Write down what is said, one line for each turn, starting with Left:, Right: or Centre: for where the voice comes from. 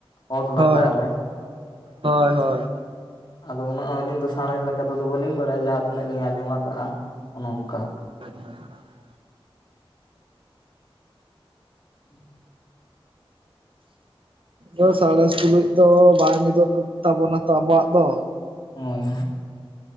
Left: ᱚᱛ ᱞᱟᱛᱟᱨ
Right: ᱦᱳᱭ
Left: ᱨᱮ,
Right: ᱦᱳᱭ
Left: ᱦᱮᱸ
Right: ᱦᱳᱭ
Left: ᱥᱮ? ᱟᱫᱚ ᱩᱱᱟᱹᱜ ᱦᱚᱸ ᱟᱞᱤᱧ ᱫᱚ ᱥᱟᱬᱮᱥ ᱞᱮᱠᱟ ᱛᱮᱫᱚ ᱵᱟᱹᱞᱤᱧ ᱵᱟᱲᱟᱭᱟ ᱡᱟᱦᱟᱸ ᱛᱤᱱᱟᱹᱜ ᱞᱤᱧ ᱟᱸ ᱟᱡᱚᱢ ᱠᱟᱜᱼᱟ ᱚᱱᱮ ᱚᱱᱠᱟ᱾
Right: <inaudible>
Left: <inaudible>
Right: ᱟᱫᱚ ᱥᱟᱬᱮᱥ ᱛᱩᱞᱩᱡ ᱫᱚ ᱵᱟᱭ ᱢᱤᱫᱚᱜ ᱛᱟᱵᱚᱱᱟ ᱛᱚ ᱟᱵᱚᱣᱟᱜ ᱫᱚ᱾
Left: ᱦᱳᱭ ᱦᱳᱭ᱾